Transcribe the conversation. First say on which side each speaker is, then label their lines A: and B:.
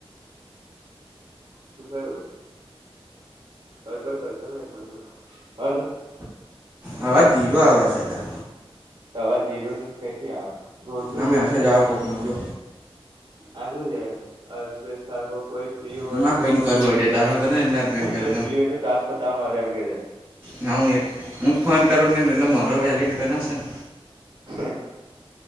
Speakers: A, on the right; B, on the right.
A: શું થયું હરબર કરતો નહી હલો
B: આવા જીરો આવા છેલા
A: તોવા ધીરોજન કઈથી આવે જોરથી
B: આ
A: બોલતો
B: મેસેજ આવ્યો કોકનો જો
A: આ શું છે અપેશકો કોઈ ફ્રી હોય
B: હું આ
A: તો
B: ભાઈને કરું અડે તારો પતે ને એટલે આ ભાઈને કરું
A: કોઈ ફ્રી હોય તો ટાસ્ક પતાવ મારે એમ કે છે
B: ના હું એક હું જ ફોન કરું ને એટલે મારો વેલિડ ગણાશે ને
A: હ.